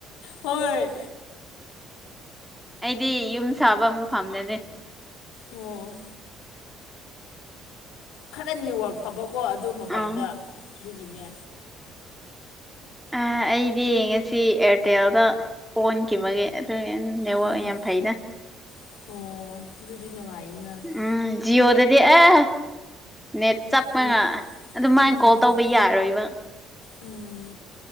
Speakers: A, on the left; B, in the centre.
A: ꯍꯣꯏ
B: ꯑꯩꯗꯤ ꯌꯨꯝ ꯁꯥꯕ ꯃꯐꯝꯗꯅꯦ
A: ꯑꯣ ꯈꯔ ꯅꯦꯠꯋꯥꯛ ꯐꯕꯀꯣ ꯑꯗꯨ
B: ꯑꯥ
A: ꯃꯄꯥꯟꯗ ꯑꯗꯨꯒꯤꯅꯦ
B: ꯑ ꯑꯩꯗꯤ ꯌꯦꯡꯉꯁꯤ ꯑꯦꯌꯥꯔꯇꯦꯜꯗ ꯍꯣꯟꯈꯤꯕꯒꯦ ꯑꯗꯨ ꯅꯦꯠꯋꯥꯛ
A: ꯎꯝ
B: ꯌꯥꯝ ꯐꯩꯗ
A: ꯑꯣ ꯑꯗꯨꯗꯨꯗꯤ ꯅꯨꯡꯉꯥꯏꯅ
B: ꯎꯝ ꯖꯤꯑꯣꯗꯗꯤ ꯑꯦ ꯅꯦꯠ ꯆꯞ
A: ꯍꯣꯟ
B: ꯃꯒꯥ ꯑꯗꯨꯃꯥꯏꯅ
A: ꯎꯝ
B: ꯀꯣꯜ ꯇꯧꯕ ꯌꯥꯔꯣꯏꯕ
A: ꯎꯝ